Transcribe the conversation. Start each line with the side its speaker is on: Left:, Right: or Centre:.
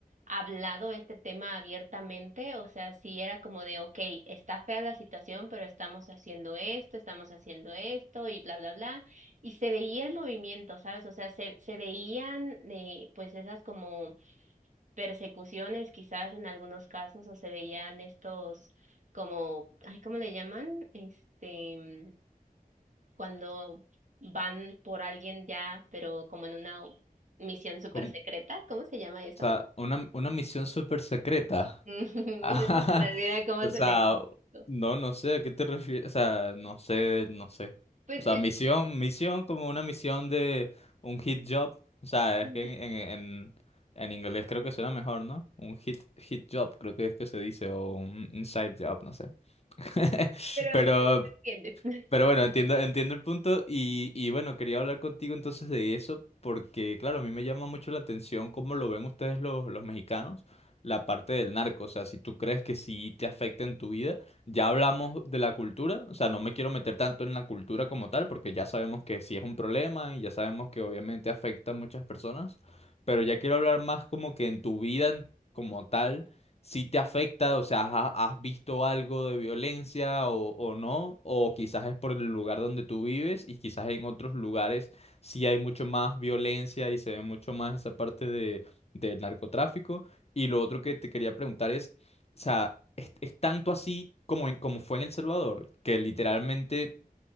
Right: hablado este tema abiertamente, o sea, sí era como de, ok, está fea la situación, pero estamos haciendo esto, estamos haciendo esto y bla, bla, bla, y se veía el movimiento, ¿sabes? O sea, se, se veían eh, pues esas como persecuciones quizás en algunos casos o se veían estos como, ay, ¿cómo le llaman? Este, mm, cuando van por alguien ya, pero como en una misión súper
Left: Como-
Right: secreta, ¿cómo se llama eso?
Left: O sea, una, una misión súper secreta.
Right: <laughs> Es que
Left: <laughs> Ajá.
Right: se me olvida cómo
Left: O
Right: se
Left: sea,
Right: le llama eso.
Left: no, no sé, ¿a qué te refieres? O sea, no sé, no sé.
Right: Pues
Left: O sea,
Right: es,
Left: misión, misión como una misión de un hit job. O sea,
Right: <laughs>
Left: es que en, en, en, en inglés creo que suena mejor, ¿no? Un hit, hit job, creo que es que se dice, o un inside job, no sé. <laughs>
Right: pero
Left: Pero,
Right: bueno, ¿me entiendes? <laughs>
Left: pero bueno, entiendo, entiendo el punto y, y bueno, quería hablar contigo entonces de eso porque, claro, a mí me llama mucho la atención cómo lo ven ustedes los, los mexicanos, la parte del narco, o sea, si tú crees que sí te afecta en tu vida, ya hablamos de la cultura, o sea, no me quiero meter tanto en la cultura como tal porque ya sabemos que sí es un problema y ya sabemos que obviamente afecta a muchas personas, pero ya quiero hablar más como que en tu vida en- como tal si te afecta, o sea, ¿ha- ¿has visto algo de violencia o, o no? O quizás es por el lugar donde tú vives y quizás en otros lugares sí hay mucho más violencia y se ve mucho más esa parte de, del narcotráfico. Y lo otro que te quería preguntar es, o sea, ¿es, es tanto así como, en- como fue en El Salvador? Que literalmente